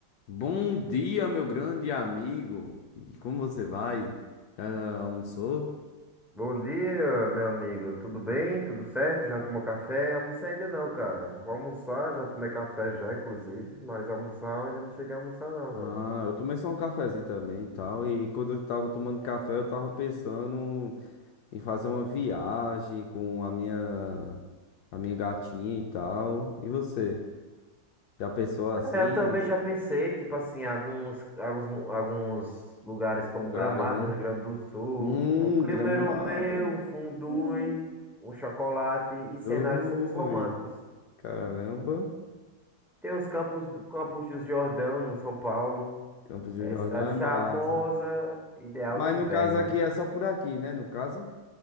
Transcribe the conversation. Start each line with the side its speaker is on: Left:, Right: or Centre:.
Left: Bom dia, meu grande amigo. E como você vai? Já almoçou?
Centre: Bom dia, meu amigo. Tudo bem? Tudo certo? Já tomou café? Almocei ainda não, cara. Vou almoçar, já tomei café já, inclusive, mas almoçar eu ainda não cheguei a almoçar não,
Left: Ah,
Centre: cara.
Left: eu tomei só um cafezinho também e tal. E quando eu tava tomando café, eu tava pensando em fazer uma viagem com a minha, a minha gatinha e tal. E você? Já pensou assim,
Centre: É, eu também
Left: né?
Centre: já pensei, tipo assim, alguns, alguns, mu- alguns lugares
Left: Nos
Centre: como
Left: lugares,
Centre: Gramado,
Left: né?
Centre: no Rio Grande do Sul,
Left: Hum,
Centre: é um clima
Left: Gramado.
Centre: europeu, um fondue,
Left: Hum.
Centre: um chocolate e cenários
Left: Ui,
Centre: super românticos.
Left: caramba.
Centre: Tem os Campos, Campos do Jordão, no São Paulo.
Left: Campos do
Centre: É
Left: Jordão
Centre: cidade
Left: é
Centre: charmosa,
Left: massa.
Centre: ideal
Left: Mas
Centre: no inverno,
Left: no caso aqui
Centre: né?
Left: é só por aqui, né? No caso.